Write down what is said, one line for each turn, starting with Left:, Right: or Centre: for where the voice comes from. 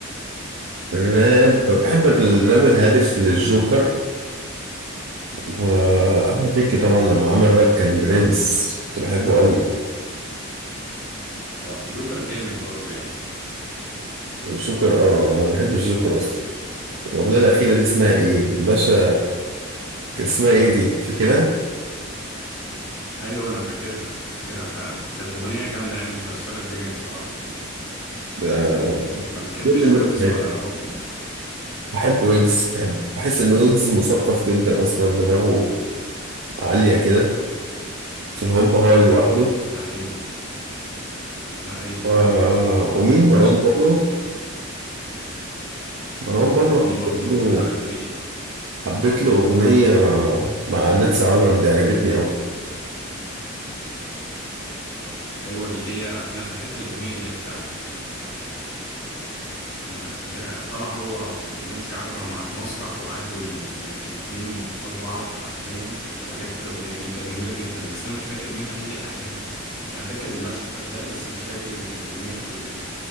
Right: الراب بحب الراب الهادف للجوكر واحمد
Left: تمام ال-
Right: مكي طبعا لما عمل راب كان برنس كنت بحبه قوي
Left: اه الجوكر جامد برضو يعني
Right: الجوكر اه انا بحب الجوكر اصلا الاغنيه الاخيره دي اسمها ايه باشا كان اسمها ايه دي فاكرها
Left: ايوه انا فاكرها انا فاكرها فعلا كانت اغنيه جامده يعني ومكسره الدنيا بصراحه يعني
Right: ده
Left: ما بتحبش
Right: كل اللي
Left: ويجز
Right: سمعتها.
Left: ولا بابلو
Right: بحب ويجز بحب بحس ان ويجز مثقف جدا اصلا دماغه عاليه كده في الهوب هاي لوحده
Left: ده حقيقي ده حقيقي
Right: و...
Left: فعلا
Right: ومين مروان
Left: عشان
Right: بابلو مروان بابلو
Left: مروان
Right: حبيت
Left: بابلو
Right: له
Left: اه ايه رايك فيه
Right: حبيت له اغنيه مع نانسي عجرم دي عجبتني قوي
Left: ايوه اللي هي انا فاكرها الاغنيه ديت فعلا انا فاكرها طلع هو ونانسي عجرم على المسرح وقعدوا ي... ي- الاتنين قصاد بعض حرفيا انا فاكر الاغنيه دي كانت جميله جدا بس انا مش فاكر منها اي حاجه <laughs> يعني أنا فاكر المشهد ده بس مش فاكر ال- الاغنيه بتقول ايه